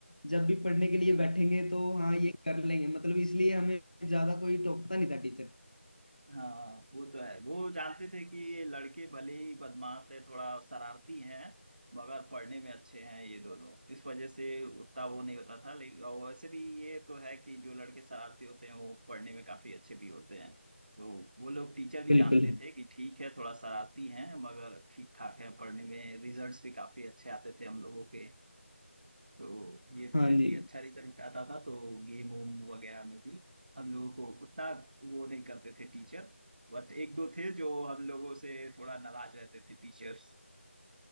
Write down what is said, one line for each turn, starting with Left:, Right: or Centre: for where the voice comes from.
Left: जब भी पढ़ने के लिए
Right: हाँ।
Left: बैठेंगे तो हाँ ये कर लेंगे मतलब इसलिए हमें ज्यादा कोई टोकता नहीं था टीचर
Right: हाँ वो तो है वो जानते थे कि ये लड़के भले ही बदमाश है थोड़ा शरारती हैं मगर पढ़ने में अच्छे हैं ये दोनों इस वजह से उतना वो नहीं होता था लेकिन और वैसे भी ये तो है कि जो लड़के शरारती होते हैं वो पढ़ने में काफी अच्छे भी होते हैं तो वो लोग टीचर भी
Left: बिल्कुल
Right: जानते थे कि ठीक है थोड़ा शरारती हैं मगर ठीक ठाक है पढ़ने में रिजल्ट्स भी काफी अच्छे आते थे हम लोगों के तो ये तो
Left: हाँ
Right: है
Left: जी
Right: कि अच्छा रिजल्ट आता था तो गेम वोम वगैरह में भी हम लोगों को उतना वो नहीं करते थे टीचर बट एक दो थे जो हम लोगों से थोड़ा नाराज रहते थे टीचर्स